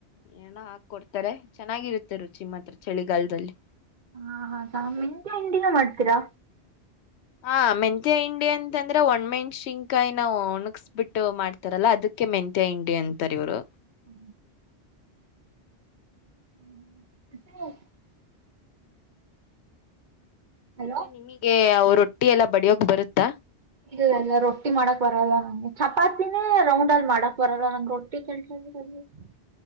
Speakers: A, on the left (about 75°); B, on the right (about 50°).
A: ಏನ ಹಾಕ್ ಕೊೊಡ್ತಾರೆ ಚೆನ್ನಾಗಿರುತ್ತೆ ರುಚಿಮ್ಮತ್ರ ಚಳಿಗಾಲದಲ್ಲಿ
B: ಹಾ ಹಾ ಮಟ ಹಂಡಿನ ಮಾಡ್ತೀರಾ
A: ಹಾ ಮೆತ್ಯ ಹಂಡಿ ಅಂತಂದ್ರೆ ಒಣ್ಮೆಣಸಿನ್ಕಾಯಿ ನಾವ ಒಣಕ್ಸ್ಬಿಟ್ಟು ಮಾಡ್ತಾರಲ್ಲ ಅದಕ್ಕೆ ಮೆಂತ್ಯ ಇಿಂಡಿ ಅಂತಾರ ಇವ್ರು
B: ಹೌ ಹ್ಮ ಹ್ಮ ಮತ್ತೆ ಹಲೋ
A: ಮತ್ತೆ ನಿಮಗೆ ಅವರು ರೊಟ್ಟಿ ಎಲ್ಲ ಬಡಿಯೋಗ ಬರುತ್ತಾ
B: ಇ ಇಲ್ಲ ರೊಟ್ಟಿ ಮಾಡಕ್ ಬರಲ್ಲ ನಂಗೆ ಚಪಾತಿನೇ ರೌಂಡ್ ಅಲ್ಲಿ ಮಾಡಕ್ ಬರ ರೊಟ್ಟಿ ಕ ಬ <unintelligible>